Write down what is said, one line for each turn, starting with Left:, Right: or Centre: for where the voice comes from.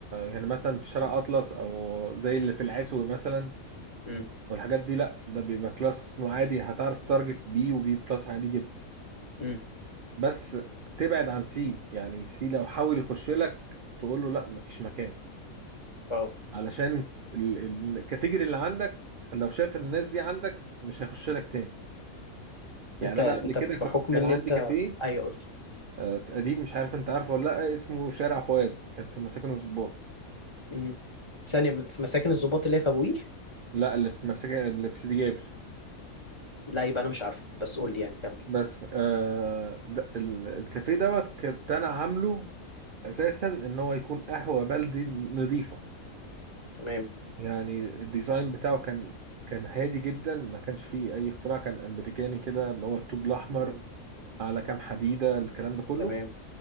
Right: يعني مثلا في شارع اطلس او زي اللي في العسوي مثلا
Left: امم
Right: والحاجات دي لا ده بيبقى كلاس عادي هتعرف تارجت بي وبي بلس عادي جدا
Left: امم
Right: بس تبعد عن سي يعني سي لو حاول يخش لك تقول له لا مفيش مكان
Left: اه
Right: علشان ال- ال- الكاتيجوري اللي عندك لو شاف الناس دي عندك مش هيخش لك تاني يعني
Left: انت انت
Right: انا قبل كده كنت
Left: بحكم
Right: كان
Left: ان
Right: عندي
Left: انت
Right: كافيه
Left: ايوه قول لي
Right: آه، قديم مش عارف انت عارفه ولا لا اسمه شارع فؤاد كان في مساكن الضباط
Left: امم ثانيه في مساكن الضباط اللي هي في ابو قير
Right: لا اللي في مساكن اللي في سيدي جابر
Left: لا يبقى انا مش عارفه بس قول لي يعني كمل
Right: بس آه ده ال- الكافيه دوت كنت انا عامله اساسا ان هو يكون قهوه بلدي نظيفه
Left: تمام
Right: يعني الديزاين بتاعه كان كان هادي جدا ما كانش فيه اي اختراع كان امريكاني كده اللي هو الطوب الاحمر
Left: امم
Right: على كام حديده الكلام ده كله
Left: تمام